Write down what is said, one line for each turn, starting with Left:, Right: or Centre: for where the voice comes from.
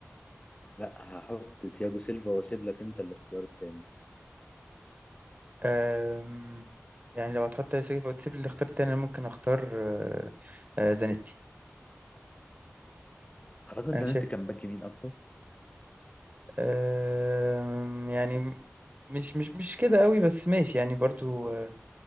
Left: لا هحط تياجو سيلفا واسيب لك انت الاختيار التاني
Right: آم، يعني لو هتحط تياجو سيلفا وتسيب لي الاختيار التاني أنا ممكن أختار آه، آه، زانيتي
Left: اعتقد
Right: أنا
Left: زانيتي
Right: شايف
Left: كان باك يمين اكتر
Right: آم، يعني مش مش مش كده قوي بس ماشي يعني برضو آه،